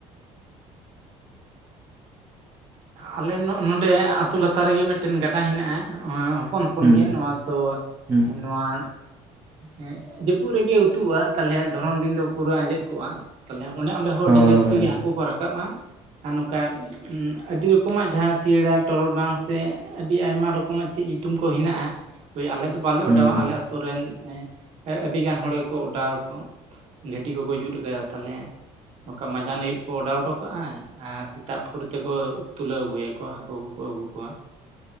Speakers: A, on the right; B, on the right.
A: ᱟᱞᱮ ᱱᱚᱸᱰᱮ ᱟᱛᱳ ᱞᱟᱛᱟᱨ ᱨᱮᱜᱮ ᱢᱤᱫᱴᱮᱱ ᱜᱟᱰᱟ ᱦᱮᱱᱟᱜᱼᱟ, ᱦᱚᱯᱚᱱ ᱦᱚᱯᱚᱱ
B: ᱦᱩᱸ
A: ᱜᱮ ᱱᱚᱣᱟ ᱫᱚ
B: ᱦᱩᱸ
A: ᱱᱚᱣᱟ ᱦᱮᱸ ᱡᱟᱹᱯᱩᱫ ᱨᱮᱜᱮ ᱩᱛᱩᱜᱼᱟ ᱛᱟᱞᱦᱮ ᱫᱷᱚᱨᱚᱱ ᱫᱤᱱ ᱫᱚ ᱯᱩᱨᱟᱹ ᱟᱸᱡᱮᱫ ᱠᱚᱜᱼᱟ᱾ ᱛᱟᱦᱚᱞᱮ ᱚᱱᱮ ᱚᱸᱰᱮ ᱦᱚᱸ
B: ᱦᱳᱭ
A: ᱟᱹᱰᱤ ᱡᱟᱹᱥᱛᱤ ᱜᱮ ᱦᱟᱹᱠᱩ ᱠᱚ ᱨᱟᱠᱟᱵᱼᱟ᱾ ᱟᱨ ᱱᱚᱝᱠᱟ ᱟᱹᱰᱤ ᱨᱚᱠᱚᱢᱟᱜ ᱡᱟᱦᱟᱸ ᱥᱤᱭᱟᱹᱲᱟ ᱴᱚᱨᱚᱰᱟᱝ ᱥᱮ ᱟᱹᱰᱤ ᱟᱭᱢᱟ ᱨᱚᱠᱚᱢᱟᱜ ᱪᱮᱫ ᱧᱩᱛᱩᱢ ᱠᱚ ᱦᱮᱱᱟᱜᱼᱟ, ᱦᱳᱭ ᱟᱞᱮ ᱫᱚ ᱵᱟᱞᱮ
B: ᱦᱩᱸ
A: ᱚᱰᱟᱣᱟ, ᱟᱞᱮ ᱟᱹᱛᱩ ᱨᱮᱱ ᱟᱹᱰᱤᱜᱟᱱ ᱦᱚᱲ ᱜᱮᱠᱚ ᱚᱰᱟᱣ ᱟᱠᱚ᱾ ᱜᱷᱟᱴᱤ ᱠᱚᱠᱚ ᱡᱩᱛ ᱟᱠᱟᱫᱟ, ᱛᱟᱞᱦᱮ ᱱᱚᱝᱠᱟ ᱢᱟᱸᱡᱟᱱ ᱟᱹᱭᱩᱵ ᱠᱚ ᱚᱰᱟᱣ ᱦᱚᱴᱚ ᱠᱟᱜᱼᱟ ᱟᱨ ᱥᱮᱛᱟᱜ ᱵᱷᱳᱨ ᱛᱮᱠᱚ ᱛᱩᱞᱟᱹᱣ ᱟᱹᱜᱩᱭᱟᱠᱚ ᱦᱟᱹᱠᱩ ᱠᱚᱠᱚ ᱟᱹᱜᱩ ᱠᱚᱣᱟ᱾